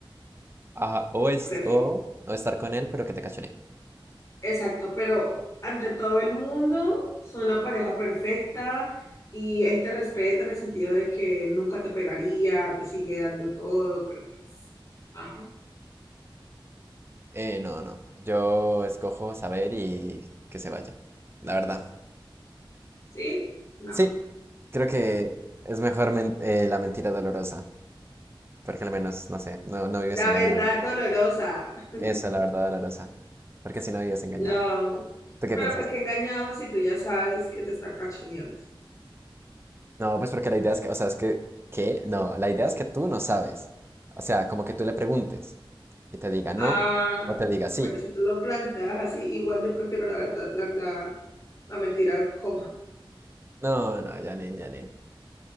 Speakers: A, on the right; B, on the left.
A: Ajá. O es...
B: Prefi-
A: O, o estar con él, pero que te cachonee.
B: Exacto, pero ante todo el mundo son la pareja perfecta y él te respeta en el sentido de que nunca te pegaría, te sigue dando todo, pero pues, ajá,
A: Eh, no, no. Yo escojo saber y que se vaya. La verdad.
B: ¿sí? No.
A: Sí, creo que es mejor men- eh, la mentira dolorosa. Porque al menos, no sé, no, no vives
B: La
A: engañada.
B: verdad dolorosa. <laughs>
A: Esa es la verdad dolorosa. Porque si no vives engañada.
B: No.
A: ¿Tú qué
B: Pero
A: piensas?
B: ¿por qué engañado si tú ya sabes que te están cachoneando?
A: No, pues porque la idea es que, o sea, es que, ¿qué? No, la idea es que tú no sabes. O sea, como que tú le preguntes y te diga no
B: Ah,
A: o te diga sí.
B: bueno, si tú lo planteas así, igual yo prefiero la verdad, la, la, la mentira cómoda.
A: No, no, Janine, Janine.